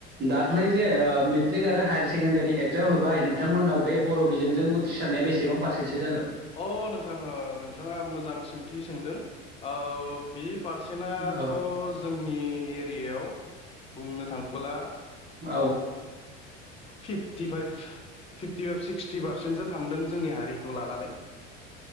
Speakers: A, on the right (about 25°); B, on the left (about 15°).
A: दाख्लै जे मेट्रिक आरो हायार सेकेण्डारि एक्जाम होबाय नोंथांमोननाव बे बर' बिजों उथ्रिसारनायासेबां फारसेन्टसो जागोन
B: अ नोंथां नोंथाङा मोजां सोंथि सोंदों ओ बे पारसेन्टथ'
A: औ
B: जोंनि एरियायाव बुंनो थाङोब्ला
A: औ
B: फिफ्टिफाइभ फिफ्टिफाइभ सिक्सटि पारसेन्टसो थांदों जोंनि हारिखौ लानानै।